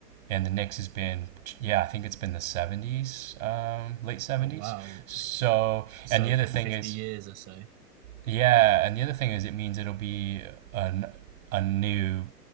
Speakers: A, on the right; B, on the right.
A: and the Knicks has been yeah, I think it's been the 70s, um late 70s.
B: Oh wow,
A: So,
B: so
A: and the
B: a good
A: other thing
B: fifty
A: is
B: years or so.
A: yeah, and the other thing is it means it'll be an, a new